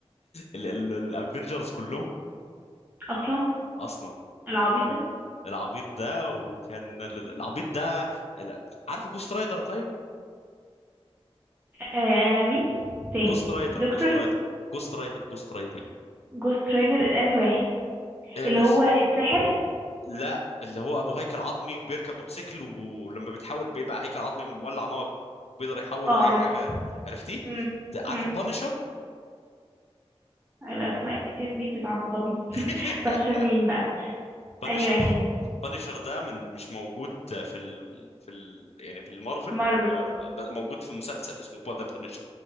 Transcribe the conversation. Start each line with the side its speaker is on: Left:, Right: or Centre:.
Left: الافنجرز كلهم
Right: اصلا
Left: اصلا
Right: العبيط
Left: اوكي
Right: ده
Left: العبيط ده وكان ال- ال- العبيط ده ال- عارفه جوست رايدر طيب
Right: آه مين تاني
Left: جوست رايدر
Right: دكتور
Left: جوست رايدر جوست رايدر جوست رايدر
Right: جوست رايدر الاني واحد
Left: آه،
Right: اللي
Left: جوست
Right: هو الساحر
Left: لا اللي هو ابو هيكل عظمي وبيركب موتوسيكل ولما بيتحول بيبقى هيكل عظمي مولع نار بيقدر يحول
Right: اه
Left: اي
Right: عرفته
Left: حاجه عرفتيه
Right: امم
Left: ده- عارفه
Right: امم
Left: بانشر
Right: الاسماء الكتير دي بتعصبني
Left: <laughs>
Right: بنشر مين بقى
Left: بانشر
Right: أنهي واحد
Left: بانشر ده من مش موجود في ال... في ال... يعني في المارفل
Right: في مارفل
Left: دلوقتي موجود في مسلسل اسمه ذا بانشر